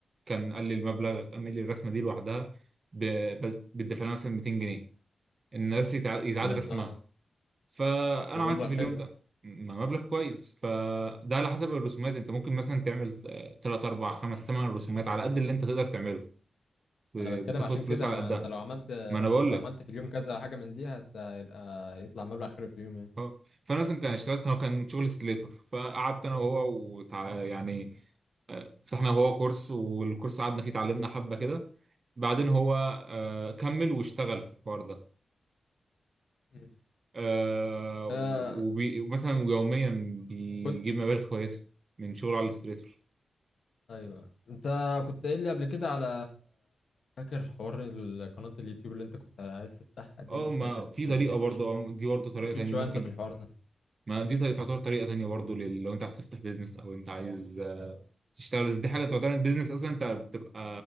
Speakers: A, on the right; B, on the left.
A: كان قال لي المبلغ اعمل لي الرسمه دي لوحدها ب... ب... بتدفع لها مثلا 200 جنيه الناس يتع... يتعاد
B: لما
A: رسمها
B: ده
A: فانا
B: ده مبلغ
A: عملت في
B: حلو
A: اليوم ده م- مبلغ كويس فده على حسب الرسومات انت ممكن مثلا تعمل 3 4 5 8 رسومات على قد اللي انت تقدر تعمله ب-
B: انا بتكلم
A: بتاخد
B: عشان
A: فلوس
B: كده
A: على
B: ما
A: قدها
B: انت لو عملت
A: ما انا بقول
B: لو
A: لك
B: عملت في اليوم كذا حاجه من دي هتبقى يطلع مبلغ حلو في اليوم يعني
A: اه فانا مثلا كان اشتغلت هو كان شغل ستيليتور فقعدت انا وهو وتع... يعني فتحنا هو كورس والكورس قعدنا فيه اتعلمنا حبه كده بعدين هو آه، كمل واشتغل في الحوار ده
B: مم.
A: آه،
B: آه
A: وبي... مثلا يوميا بيجيب
B: كنت
A: مبالغ كويسه من شغل على الاستريتور
B: ايوه انت كنت قايل لي قبل كده على فاكر حوار قناه اليوتيوب اللي انت كنت عايز تفتحها دي
A: اه
B: مش
A: ما
B: فاكر انت
A: في
B: كنت
A: طريقه
B: مشيت
A: برضه
B: مشيت
A: اه دي برضه طريقه
B: مشيت
A: تانية
B: شويه
A: ممكن
B: انت في الحوار ده
A: ما دي طريقة- تعتبر طريقه تانية برضه لل- لو انت عايز تفتح بيزنس او انت عايز آه، تشتغل بس دي حاجه تعتبر بيزنس اصلا انت بتبقى